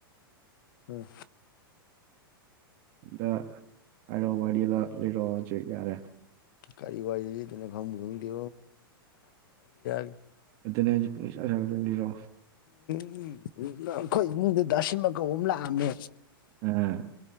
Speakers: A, on the left; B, on the right.
A: ꯍꯝ
B: ꯑꯗ ꯍꯥꯏꯔꯣꯑꯣ ꯋꯥꯔꯤꯗ ꯂꯤꯔꯛꯑꯣ ꯍꯧꯖꯤꯛ ꯌꯥꯔꯦ
A: ꯀꯥꯔꯤ ꯋꯥꯔꯤ ꯂꯤꯗ‌ꯣꯏꯅꯣ ꯈꯪꯕ‌ꯨ ꯈꯪꯗ‌ꯦ <unintelligible>
B: ꯑꯗꯨꯗꯅ‌ꯦ ꯍꯥꯏ ꯄꯨꯒꯔꯣ
A: ꯎꯝ ꯑꯩꯈꯣꯏ ꯏꯃꯨꯡꯗꯨꯗ ꯑꯁꯤꯕ ꯀꯧꯕ ꯑꯃ ꯂꯥꯛꯑꯝꯅꯦ
B: ꯑꯥ